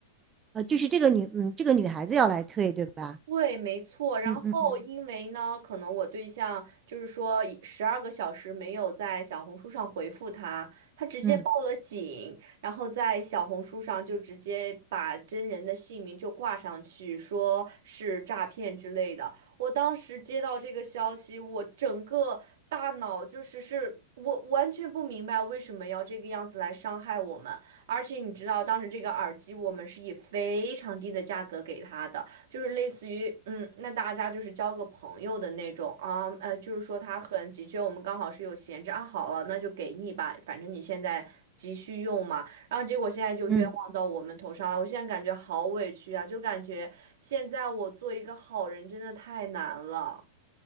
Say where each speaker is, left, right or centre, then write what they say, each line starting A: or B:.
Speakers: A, on the right; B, on the right.
A: 呃，就是这个女，嗯，这个女孩子要来退，对吧？
B: 对，没错。然后，
A: 嗯嗯嗯
B: 因为呢，可能我对象就是说，十二个小时没有在小红书上回复他，他直接报了警，
A: 嗯
B: 然后在小红书上就直接把真人的姓名就挂上去，说是诈骗之类的。我当时接到这个消息，我整个大脑就是是。我完全不明白为什么要这个样子来伤害我们，而且你知道，当时这个耳机我们是以非常低的价格给他的。就是类似于，嗯，那大家就是交个朋友的那种啊，呃，就是说他很急缺，我们刚好是有闲置啊，好了，那就给你吧，反正你现在急需用嘛。然后结果现在就冤枉到我们头上了，
A: 嗯。
B: 我现在感觉好委屈啊，就感觉现在我做一个好人真的太难了。